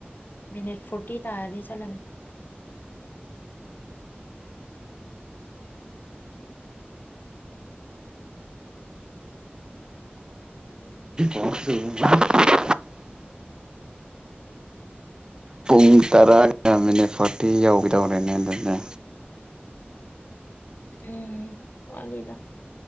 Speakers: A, on the left (about 50°); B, on the right (about 20°).
A: ꯃꯤꯅꯤꯠ ꯐꯣꯔꯇꯤ ꯇꯥꯔꯗꯤ ꯆꯠꯂꯅꯤ
B: <unintelligible> ꯄꯨꯡ ꯇꯔꯥꯒ ꯃꯤꯅꯤꯠ ꯐꯣꯔꯇꯤ ꯌꯧꯗꯧꯔꯦꯅꯦ ꯑꯗꯨꯗꯦ
A: ꯎꯝ ꯋꯥꯠꯂꯤꯗ